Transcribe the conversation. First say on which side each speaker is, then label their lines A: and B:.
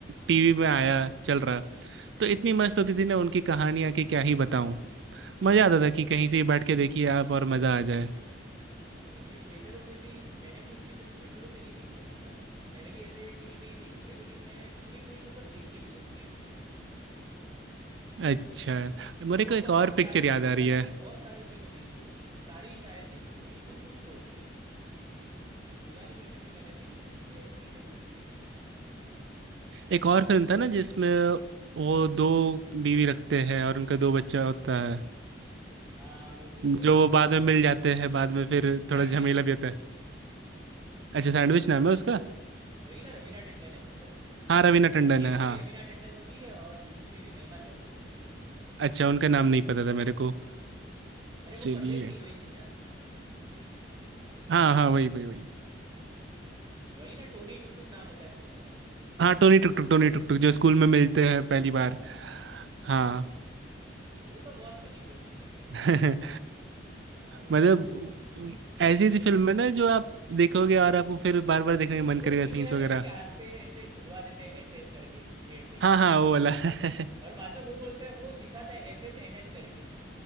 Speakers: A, on the right (about 70°); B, on the right (about 25°).
A: टीवी में आया चल रहा
B: हाँ
A: तो इतनी मस्त होती थी ना उनकी कहानियाँ कि क्या ही बताऊँ मजा
B: हाँ
A: आता
B: भाई
A: था कि कहीं से ही बैठ के देखिए आप और मजा आ जाए
B: हाँ भाई ये थिएटरों में भी मैंने भी उनकी फिल्म थिएटरों में नहीं देखी है मतलब मैंने भी ऐसे टीवी पे ही देखी है लेकिन मैं पूरी पूरी मतलब देखी हुई है पूरी पूरी
A: अच्छा मेरे
B: ऑलमोस्ट
A: को एक
B: ऑलमोस्ट
A: और पिक्चर
B: ऑलमोस्ट
A: याद आ रही
B: ऑलमोस्ट
A: है
B: बहुत सारी फिल्में देखी होगी सारी शायद देख ली होंगी कुछ कुछ छोड़ के अ, पुरानी फिल्में भी मैंने देखी हुई है नई फिल्में भी देखी है
A: एक और फिल्म था ना जिसमें वो दो बीवी रखते हैं और उनका दो बच्चा होता है
B: हाँ वो वो
A: जो
B: अ,
A: वो बाद में मिल जाते हैं बाद में फिर
B: सैंडविच
A: थोड़ा झमेला भी होता है अच्छा सैंडविच नाम है उसका
B: वही ना रवीना टंडन है पिक्चर में
A: हाँ रवीना टंडन
B: अ, एक
A: है
B: बीवी
A: हाँ
B: रवीना टंडन होती है और दूसरी बीवी महिमा चौधरी होती है
A: अच्छा उनका नाम नहीं पता था मेरे को
B: अरे वो
A: चलिए
B: परदेश की हीरोइन थी ना
A: हाँ हाँ वही वही वही
B: हाँ वही ना टोनी टुक टुक नाम होता है बच्चों का
A: हाँ टोनी टुक टुक टोनी टुक टुक जो स्कूल में मिलते हैं पहली बार
B: हाँ हाँ हाँ
A: हाँ
B: हाँ वो तो बहुत फनी फिल्म थी सैंडविच
A: <laughs>
B: हाँ भाई
A: मतलब ऐसी ऐसी फिल्म है ना जो आप देखोगे और आपको फिर बार बार देखने का मन
B: वो
A: करेगा
B: सीन
A: सीन्स
B: याद
A: वगैरह
B: है उसके हाथ पे ऐसे खुदवा देते हैं एस एस करके शेर सिंह
A: हाँ हाँ वो वाला <laughs>
B: और बाद में वो बोलता है वो दिखाता है एस एस एन एच करके